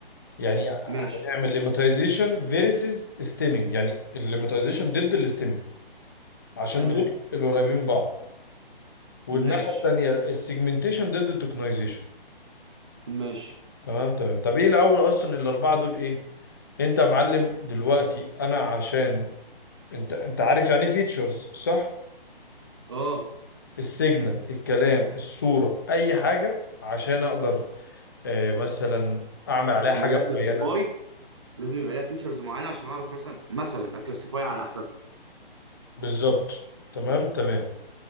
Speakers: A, on the left; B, on the right.
A: يعني هنعمل
B: ماشي
A: ليماتيزيشن فيرسز ستيمنج يعني الليماتيزيشن ضد الستيمنج عشان
B: تمام
A: دول اللي قريبين من بعض والناحية
B: ماشي
A: التانية السيجمنتيشن ضد التوكنايزيشن
B: ماشي
A: تمام تمام طب ايه الاول اصلا الاربعة دول ايه انت يا معلم دلوقتي انا عشان انت انت عارف يعني فيتشرز صح
B: اه
A: السيجنال الكلام الصورة اي حاجة عشان اقدر آه مثلا اعمل عليها حاجة
B: اعمل لك كلاسيفاي
A: معينة
B: لازم يبقى ليها فيتشرز معينه عشان اعرف مثلا مثلا اكلاسيفاي على اساسها
A: بالظبط تمام تمام